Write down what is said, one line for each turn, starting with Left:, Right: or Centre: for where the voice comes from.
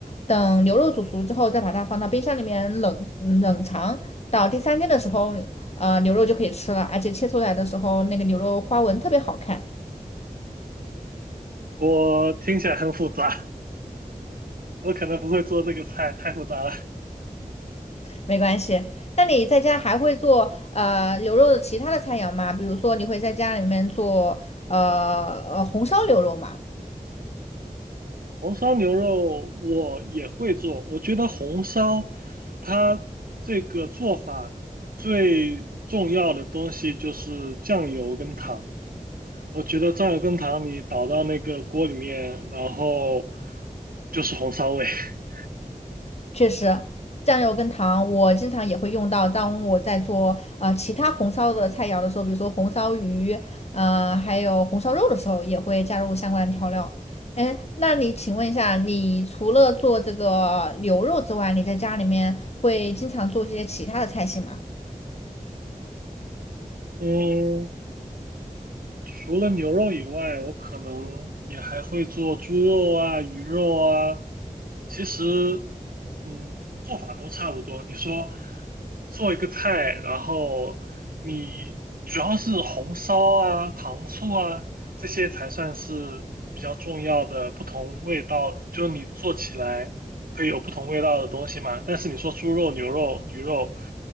Left: 等牛肉煮熟之后，再把它放到冰箱里面冷冷藏，到第三天的时候呃，牛肉就可以吃了，而且切出来的时候那个牛肉花纹特别好看，
Right: 我听起来很复杂，我可能不会做这个菜，太复杂了。
Left: 没关系。那你在家还会做呃牛肉的其他的菜肴吗？比如说你会在家里面做呃呃红烧牛肉吗？
Right: 红烧牛肉我也会做，我觉得红烧它这个做法最重要的东西就是酱油跟糖。我觉得酱油跟糖你倒到那个锅里面，然后就是红烧味。<laughs>
Left: 确实，酱油跟糖我经常也会用到。当我在做呃其他红烧的菜肴的时候，比如说红烧鱼，呃，还有红烧肉的时候，也会加入相关的调料。哎，那你请问一下，你除了做这个牛肉之外，你在家里面会经常做一些其他的菜系吗？
Right: 嗯，除了牛肉以外，我可能也还会做猪肉啊、鱼肉啊。其实，嗯，做法都差不多。你说做一个菜，然后你主要是红烧啊、糖醋啊这些才算是比较重要的不同味道，就是你做起来可以有不同味道的东西嘛。但是你说猪肉、牛肉、鱼肉，